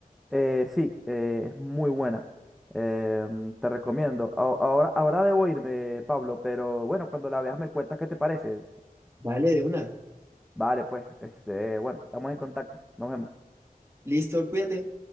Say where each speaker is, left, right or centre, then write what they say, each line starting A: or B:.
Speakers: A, in the centre; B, on the right (about 20°).
A: Eh, sí, eh, es muy buena. Em, te recomiendo. A- ahora, ahora debo irme, Pablo, pero bueno, cuando la veas me cuentas qué te parece.
B: Vale, de una.
A: Vale, pues, este, bueno, estamos en contacto. Nos vemos.
B: Listo, cuídate.